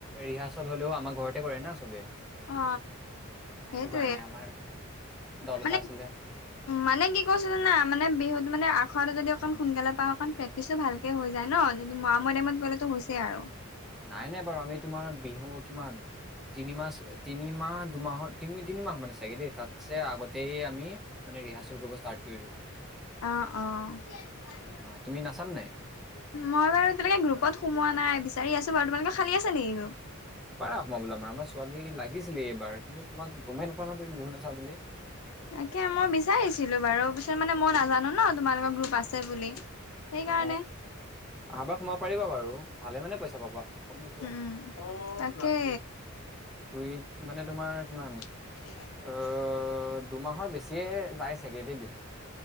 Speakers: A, in the centre; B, on the left.
A: ৰিহাৰ্চেল হলেও আমাৰ ঘৰতে কৰে না চবে
B: অ
A: সেইটো
B: সেইটোয়ে
A: কাৰণে আমাৰ দল
B: মানে
A: এটা আছিলে
B: মানে কি কৈছে জানা মানে বিহুত মানে আখাৰটো যদি অণ সোনকালে পাও অকণ প্ৰেক্টিচো ভালকে হৈ যায় ন যদি ম মৰ টাইমত গ'লেতো হৈছেই আৰু
A: নাই নাই বাৰু আমি তোমাৰ বিহুৰ কিমান তিনিমাহ তিনিমাহ দুমাহত তিনি তিনিমাহ মানে চাগে দেই তাতছে আগতেই আমি মানে ৰিহাৰ্চেল কৰিব ষ্টাৰ্ট কৰি দিও
B: অ অ মই
A: অ তুমি নাচানে নাই
B: বাৰু এতিয়ালৈকে গ্ৰুপত সোমোৱা নাই বিচাৰি আছো বাৰু তোমালোকৰ খালী আছে নেকি গ্ৰুপ
A: পাৰা সোমাবলে আমাৰ আমাৰ ছোৱালী লাগিছিলে এইবাৰ কিন্তু তোমাক গমেই নাপাও নহয় তুমি বিহু নাচা বুলি
B: তাকে মই বিচাৰিছিলো বাৰু পিছত মানে মইও নাজানো ন তোমালোকৰ গ্ৰুপ আছে বুলি সেইকাৰণে
A: অ আহা বাৰ সোমাব পাৰিবা বাৰু ভালে মানে পইচা পাবা কম নোপোৱা
B: উম তাকে
A: দুই মানে তোমাৰ কিমান
B: স হ
A: অ দুমাহৰ বেছিয়ে যায় চাগে দেই বিহু